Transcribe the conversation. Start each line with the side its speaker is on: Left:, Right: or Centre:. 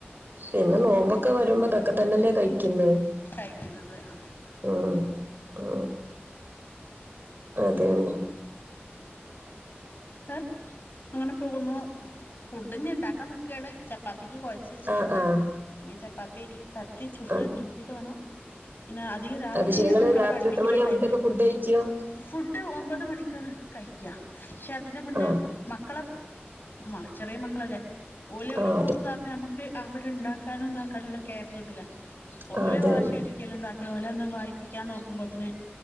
Right: പിന്നെ നോമ്പൊക്കെ വരുമ്പോതൊക്കെ തന്നെല്ലേ കഴിക്കണ്ട്
Left: കഴിക്കുന്നത് അ
Right: ആ ആ അതന്നെ
Left: എ ഇങ്ങനെ പോകുന്നു ഫുഡിഞ്ഞ് ണ്ടാക്കാന്ന് ക്കാണ് ചപ്പാത്തിക്ക് കൊഴച്ച് വെച്ചിട്ടുണ്ട്
Right: ആ ആ
Left: ഇനി ചപ്പാത്തി പരത്തി ചുട്ട്
Right: ആ,
Left: ഇണ്ടാക്കിട്ട് വേണം പിന്നെ അധികരാത്രിയില്
Right: അത് ശരി നിങ്ങള്
Left: മക്കളെ
Right: രാത്രി
Left: പഠിപ്പിക്ക്‌ണ
Right: എത്ര മണിയാകുമ്പോഴത്തേക്ക്
Left: ടൈമിൽ
Right: ഫുഡ് കഴിക്കോ
Left: ഫുഡ് ഒമ്പത് മണിക്കാണ് കഴിക്ക പക്ഷെ അതിന്റെ മുന്നെ
Right: ആ
Left: മക്കളെ മ ചെറിയ മക്കളല്ലേ ഓലോരോന്ന്
Right: ആ അതെ
Left: താക്ക നമക്ക് അവടെണ്ടാ ക്കാനുംതാക്കാനുള്ള ക്യാപ്പ് കിട്ടൂല ഓല്
Right: ആ അതെ
Left: വാശിടി
Right: തന്നെ
Left: ക്കലും താക്കലും ഓലൊന്ന് വായിപ്പിക്കാൻ നോക്കുമ്പോത്തിന്